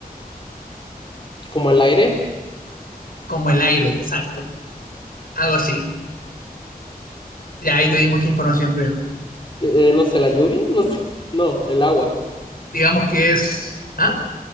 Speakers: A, on the left; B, on the left.
A: como el aire,
B: como el aire, exacto. Algo así. Ya ahí te di mucha información, creo.
A: que, eh, no sé, la lluvia, <laughs> no sé, no, el agua.
B: Digamos que es. ¿Ah?